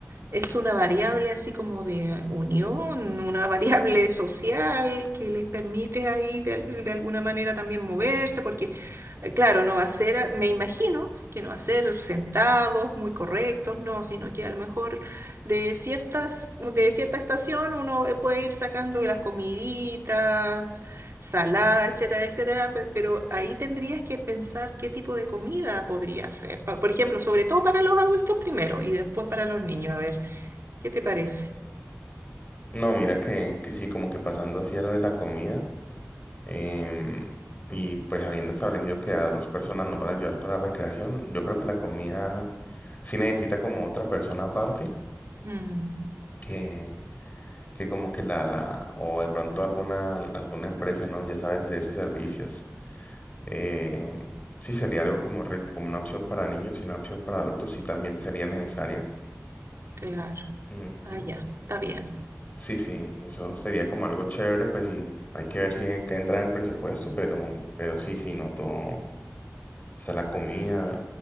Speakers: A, on the right; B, on the left.
A: es una variable así como de unión, una <laughs> variable social que les permite ahí de, al- de alguna manera también moverse, porque eh, claro, no va a ser, eh, me imagino que no va a ser sentados, muy correctos, no, sino que a lo mejor de ciertas, de cierta estación uno eh, puede ir sacando las comiditas, salada, etcétera, etcétera, pe- pero ahí tendrías que pensar qué tipo de comida podría ser. Pa- Por ejemplo, sobre todo para los adultos primero y después para los niños, a ver. ¿Qué te parece?
B: No, mira que, que sí, como que pasando así a lo de la comida, em, y pues habiendo establecido que a dos personas nos van a ayudar con la recreación, yo creo que la comida sí necesita como otra persona aparte,
A: Mm,
B: que, que como que la, la, o de pronto alguna, alguna empresa, ¿no? Ya sabes, de esos servicios. Eh, sí, sería algo como rico, como una opción para niños y una opción para adultos, sí también sería necesaria.
A: claro.
B: Ujú.
A: Ah, ya, está bien.
B: Sí, sí, eso sería como algo chévere, pues sí, hay que ver si en- que entra en el presupuesto, pero, pero sí, sí, no todo, está la comida